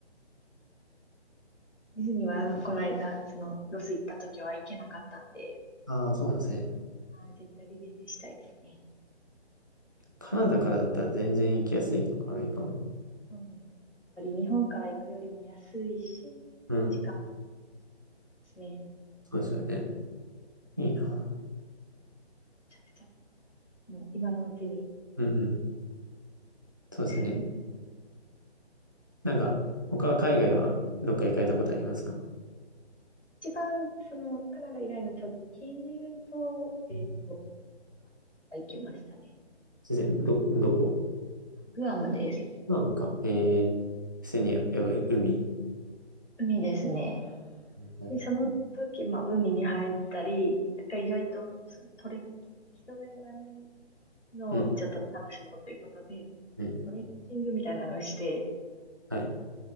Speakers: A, on the left; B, on the right.
A: ディズニーはこの間、そのロス行った時は行けなかったんで、
B: ああ、そうなんですね。
A: あー絶対リベンジしたいですね。
B: カナダからだったら全然行きやすいのか、アメリカも。
A: そうですね。やっぱり日本から行くよりも安いし、
B: うん。
A: 時間もいですね。め
B: そうですよね。いいな。
A: ちゃくちゃ。もう今のうちに。
B: うんうん。そうですね。
A: <laughs>
B: なんか、他は海外はどっか行かれたことありますか
A: 一番そのカナダ以外の直近で言うと、えっと、
B: うん
A: グアムは行きましたね。
B: 全然、ど、どこ
A: グアムです。
B: まあなムか。えー、普通に、やっぱ海。
A: 海ですね。
B: はい。
A: で、その時、まあ、海に入ったり、なんか意外とそのトレッ、人がやらないのをちょっと楽しもうということで、
B: うん、うん。
A: トレッキングみたいなのをして、
B: はい。